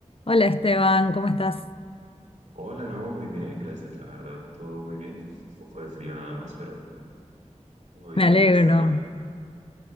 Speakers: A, on the left; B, on the right.
A: Hola Esteban, ¿cómo estás?
B: Hola, no, muy bien, gracias. La verdad, todo muy bien. Un poco de frío nada más, pero todo bien
A: Me alegro.
B: de este lado.